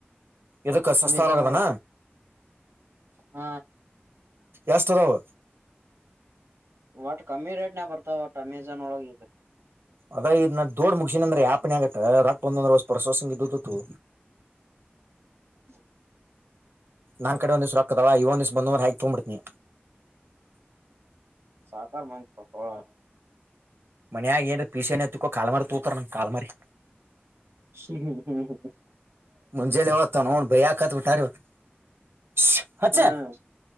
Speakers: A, on the right; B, on the right.
A: ಇದಕ್ಕ ಸಸ್ತಾವಲಗದಾನ
B: ಆಮೇಜಾನ್ ಒಳಗ ಹ
A: ಎಷ್ಟುದಾವ
B: ಒಟ್ಟ ಕಮ್ಮಿ ರೇಟ್ನ್ಯಾಗ ಬರ್ತಾವ ಒಟ್ ಅಮೆಜಾನ್ ಒಳಗ ಇಗ
A: ಅದ ಇದ ನಾ ದೋಡ್ ಮುಗಸಿನ ಅಂದ್ರ ಯಾಪ್ನ್ಯಾಗ ಯೇ ರೊಕ್ಕ ಬಂದವದ್ರ ಪ್ರಾಸಸಿಂಗ ಇಟ್ಟುದ್ವು
B: ಹು
A: ನನ್ನ್ ಕಡೆ ಒಂದ ದಿಸ್ಸ ರೊಕ್ಕಅದವ ಇವಂದಿಸ್ಸು ಬಂದುವಂದ್ರ ಹಾಕಿ ತೊಂಬಿಡಟ್ಟೇನಿ
B: ಸೌಕಾರ್ ಮಂದಿ ಪಾ ತಗೋಳೋರು
A: ಮನ್ಯಾಗ ಏನರ ಪೀಸನೆತ್ಕೋ ಕಾಲ್ ಮಾರಿ ತೂತಾರ ನಂಗ ಕಾಲ ಮಾರಿ
B: ಹು ಹು ಹು ಹುಕ್
A: ಮುಂಜೆಲಿ ಇವತ್ತ ಅನೌನನ್ ಬೈಯಕಟ್ಟಬಿಟ್ಟಾರ್ ಇವತ್ ಶೋ ಹಚ್ಚೆ
B: ಹ್ಮ್